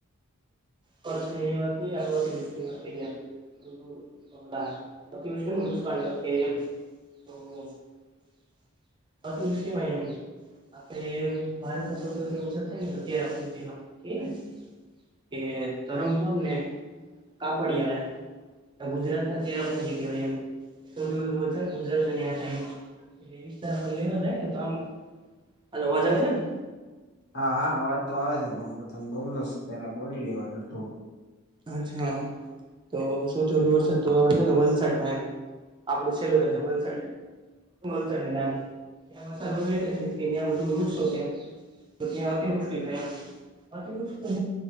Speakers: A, on the right (about 20°); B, on the left (about 50°).
A: કોતી અ ત મજ કે અતિષિય એમ આપણે ભારતમા તરાપુર જેમાં કેને કે ધરમપુર ને કા પડીિયાળ ગુજરાત ના ચરા પણ જેહેવાય સૌથી ગુજરાત. લેવી ત લેવા જાય તો આમ આ અવાજ આવે છે ને
B: હા હા આ વાજ તો આવે છે પણ હ તને બોલલો પેલા બોલી લેવા દો થોક.
A: અચ્છા હ તો સૌથી વધુ વરસાદ તો આપડ જો ને વલસાડમ આપડું છેલું
B: હમ
A: રહે છે, વલસાડ <unintelligible> તો ત્યાં અતિવૃષ્ટિ થાયમ અતિવૃષ્ટ તો